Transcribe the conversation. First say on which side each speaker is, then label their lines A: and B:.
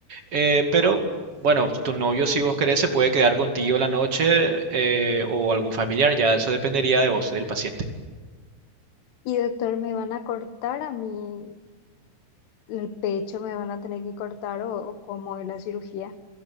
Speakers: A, on the right; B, on the left.
A: Eh, pero bueno, tu novio, si vos querés, se puede quedar contigo la noche eh, o algún familiar, ya eso dependería de vos, del paciente.
B: Y doctor, me van a cortar a mí el pecho, me van a tener que cortar o, o cómo es la cirugía.